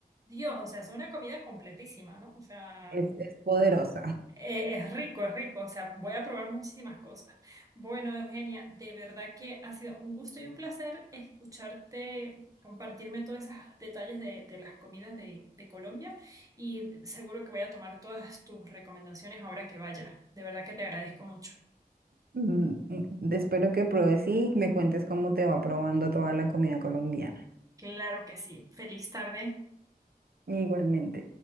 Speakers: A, on the right (about 20°); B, on the right (about 75°).
A: Dios, o sea, es una comida completísima, ¿no? O sea,
B: Es, es poderosa.
A: Eh, es rico, es rico, o sea, voy a probar muchísimas cosas. Bueno, Eugenia, de verdad que ha sido un gusto y un placer escucharte, compartirme todos esos detalles de, de las comidas de, de Colombia y seguro que voy a tomar todas tus recomendaciones ahora que vaya. De verdad que te agradezco mucho.
B: Mm, mm, Espero que pruebes y me cuentes cómo te va probando toda la comida colombiana.
A: Claro que sí. Feliz tarde.
B: Igualmente.